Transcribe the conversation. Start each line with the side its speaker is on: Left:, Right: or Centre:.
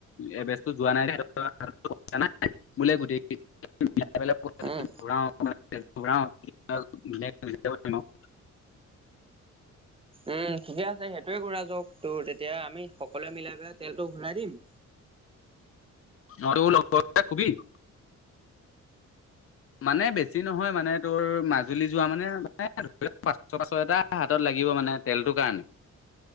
Left: এইবেছটো যোৱা নাই। <unintelligible> বোলে গোটে <inaudible>
Right: উম উম ঠিকেই আছে, সেইটোৱেই কৰা যাওঁক। তোৰ তেতিয়া আমি সকলোৱে মিলাই পেলাই তেলটো ভৰাই দিম।
Left: <unintelligible> মানে বেছি নহয় মানে তোৰ মাজুলী যোৱা মানে মানে পাচঁশ পাচঁশ এটা হাতত লাগিব মানে তেলটোৰ কাৰণে।